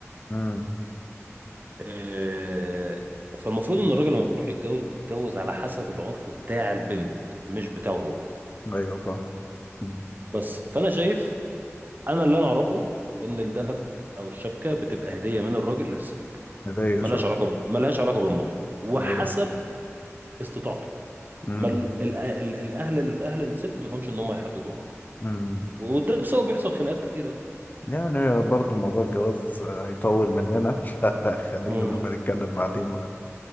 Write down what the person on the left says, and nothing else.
امم
ايوه فاهم مم.
هدية
صح
ايوه
امم
امم
يعني برضو موضوع الجواز هيطول مننا <laughs> خلينا
لما نتكلم بعدين بقى.